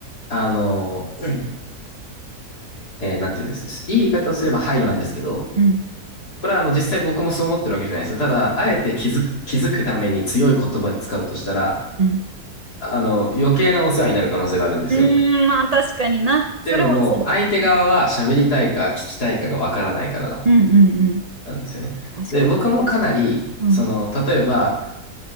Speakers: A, on the left; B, on the right.
A: あの、うんえーなんて言うんです。いい言い方をすれば配慮なんですけど、
B: うん。
A: これはあの実際僕もそう思ってるわけじゃないですよ。ただ、あえて気づく、気づくために強い言葉で使うとしたら、
B: うん
A: あの、余計なお世話になる可能性があるんですよ。
B: うーん、まあ確かにな。
A: っていうのも、
B: それはそう。
A: 相手側は喋りたいか聞きたいかがわからないからな
B: うん、うん、うんうん。
A: なんですよね。
B: 確かに。
A: で、僕もかなり、
B: うん、
A: その、例えば、